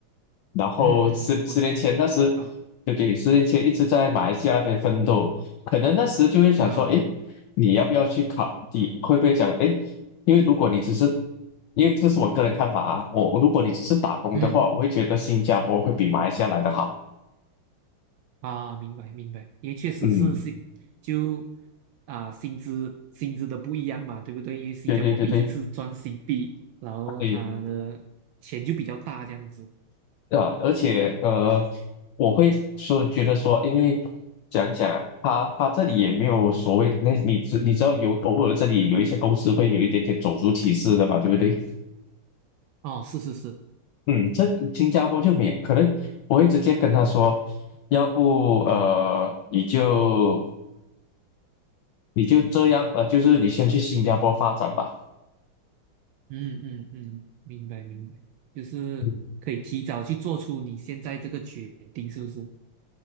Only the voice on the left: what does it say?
然后十十年前那时，
对对，十年前一直在马来西亚那边奋斗，可能那时就会想说，
哎，你要不要去考？你会不会讲，哎，因为如果你只是，因为这是我个人看法啊，我如果你只是打工的话，
我会觉得新加坡会比马来西亚来的好。
嗯，
对对对对
对，对吧？而且呃，我会说觉得说，因为讲讲啊他他这里也没有所谓的那你知你知道有偶尔这里有一些公司会有一点点种族歧视的嘛，对不对？
嗯，这新加坡就免，可能我会直接跟他说，要不呃你就你就这样呃，就是你先去新加坡发展吧。
嗯